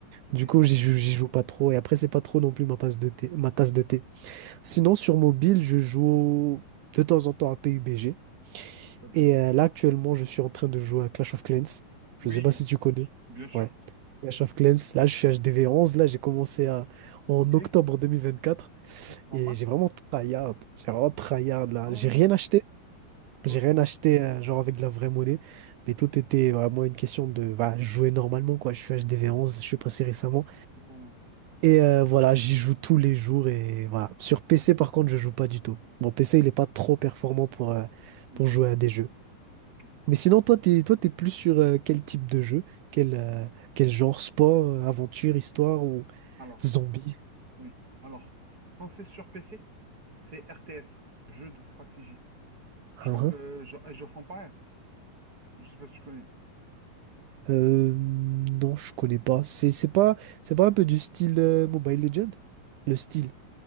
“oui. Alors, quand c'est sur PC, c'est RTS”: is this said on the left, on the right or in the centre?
Right